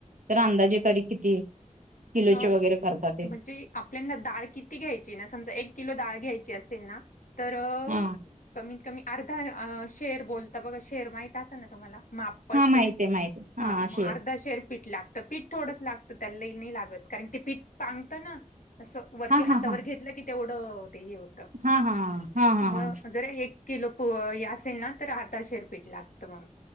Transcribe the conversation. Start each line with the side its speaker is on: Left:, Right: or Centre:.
Right: तर अंदाजे तरी किती? किलोचे
Left: अ
Right: वगैरे करता ते
Left: म्हणजे आपल्यान ना डाळ किती घ्यायची ना, समजा एक किलो डाळ घ्यायची असेल ना तर
Right: आ.
Left: कमीत कमी अर्धा शेअर बोलता बघा शेअर माहीत असेल ना तुम्हाला माप्
Right: हा
Left: असतं
Right: माहिती
Left: ते
Right: आहे माहिती आहे
Left: हा मग
Right: शेर
Left: अर्धा शेरपीठ लागते. तर पीठ थोडंस लागतं त्याला ल नाही लागत कारण ते पीठ पांगतं ना असं. वरती
Right: हा
Left: हातावर
Right: हा हा
Left: घेतलं की तेवढं ते हे होत
Right: हा हा हा हा हा
Left: मग
Right: हा
Left: जर एक किलो पो असेल ना तर आता शिरपीट लागत मग